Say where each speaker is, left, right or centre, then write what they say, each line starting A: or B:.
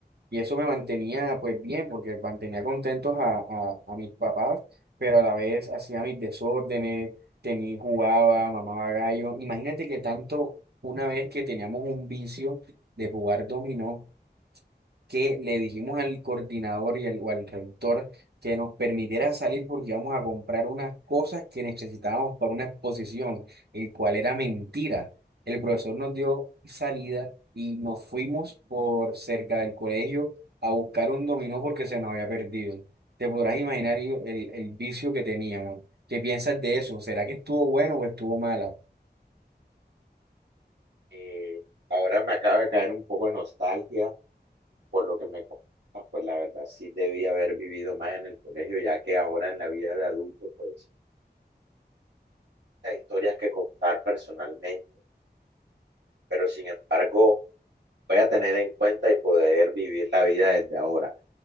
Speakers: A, on the right; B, on the right.
A: Y eso me mantenía pues bien porque mantenía contentos a, a, a mis papás, pero a la vez hacía mis desórdenes, tenía, jugaba, mamaba gallo. Imagínate que tanto una vez que teníamos un vicio de jugar dominó que le dijimos al coordinador y al, o al rector que nos permitiera salir porque íbamos a comprar unas cosas que necesitábamos para una exposición, el cual era mentira. El profesor nos dio salida y nos fuimos por cerca del colegio a buscar un dominó porque se nos había perdido. Te podrás imaginar el, el vicio que teníamos. ¿Qué piensas de eso? ¿Será que estuvo bueno o estuvo malo?
B: Eh, ahora me acaba de caer un poco de nostalgia por lo que me comentas, pues la verdad sí debí haber vivido más en el colegio, ya que ahora en la vida de adulto, pues hay historias que contar personalmente, pero sin embargo voy a tener en cuenta y poder vivir la vida desde ahora.